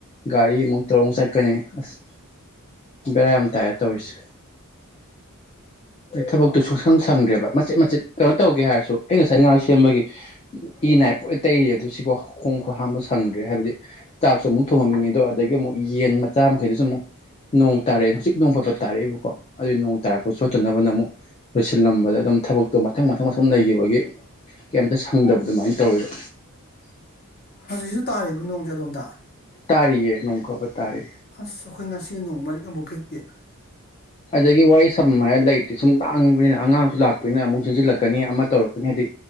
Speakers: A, on the left; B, on the left.
A: ꯒꯥꯔꯤꯃꯨꯛ ꯇꯧꯔꯛ ꯆꯠꯀꯅꯤ ꯑꯁ ꯕꯦꯔꯥ ꯌꯥꯝ ꯇꯥꯏꯔ ꯇꯧꯔꯤꯁꯦ ꯑꯩ ꯊꯕꯛꯇꯨ ꯁ ꯁꯪ ꯁꯪꯗ꯭ꯔꯦꯕ ꯃꯆꯦꯠ ꯃꯆꯦꯠ ꯀꯩꯅꯣ ꯇꯧꯒꯦ ꯍꯥꯏꯔꯁꯨ ꯑꯩ ꯉꯁꯥꯏ ꯉꯥ ꯁꯦꯝꯕꯒꯤ ꯏ ꯅꯥꯏꯄ ꯂꯩꯔꯤ ꯑꯗꯨ ꯁꯤꯕꯣ ꯈꯣꯡ ꯈ ꯍꯥꯝꯕ ꯁꯪꯗ꯭ꯔꯦ ꯍꯥꯏꯕꯗꯤ ꯆꯥꯛꯁꯨ ꯑꯃꯨꯛ ꯊꯣꯡꯉꯝꯃꯤꯉꯦ ꯑꯗꯣ ꯑꯗꯒꯤ ꯑꯃꯨꯛ ꯌꯦꯟ ꯃꯆꯥ ꯃꯈꯩꯗꯨꯁꯨ ꯑꯃꯨꯛ ꯅꯣꯡ ꯇꯥꯔꯛꯑꯦ ꯍꯧꯖꯤꯛ ꯅꯣꯡ ꯐꯠꯄ ꯇꯥꯔꯛꯏꯦꯕꯀꯣ ꯑꯗꯨꯏ ꯅꯣꯡ ꯇꯥꯔꯛꯄ ꯁꯣꯠꯇꯅꯕꯅ ꯑꯃꯨꯛ ꯂꯣꯏꯁꯤꯜꯂꯝꯕꯗ ꯑꯗꯨꯝ ꯊꯕꯛꯇꯣ ꯃꯊꯪ ꯃꯊꯪ ꯑꯁꯨꯝ ꯂꯩꯈꯤꯕꯒꯤ ꯀꯩꯝꯇ ꯁꯪꯗꯕ ꯑꯗꯨꯃꯥꯏꯅ ꯇꯧꯋꯦꯕ
B: ꯍꯧꯖꯤꯛꯁꯨ ꯇꯥꯔꯤꯕ ꯅꯣꯡꯁꯨꯦ ꯑꯗꯣꯝꯇ
A: ꯇꯥꯔꯤꯌꯦ ꯅꯣꯡꯈꯕ ꯇꯔꯦ
B: ꯑꯁ ꯑꯩꯈꯣꯏ ꯉꯁꯤ ꯅꯣꯡ ꯃꯔꯤꯛ ꯑꯃꯨꯛ ꯛꯇꯦ
A: ꯑꯗꯒꯤ ꯋꯥꯔꯤ ꯁꯝ ꯍꯥꯏꯔ ꯂꯩꯇꯦ ꯁꯨꯝ ꯂꯥꯡꯕꯅꯤꯅ ꯑꯉꯥꯡꯁꯨ ꯂꯥꯛꯄꯅꯤꯅ ꯑꯃꯨꯛ ꯆꯦꯟꯁꯤꯜꯂꯛꯀꯅꯤ ꯑꯃ ꯇꯧꯔꯛꯀꯅꯤ ꯍꯥꯏꯗꯤ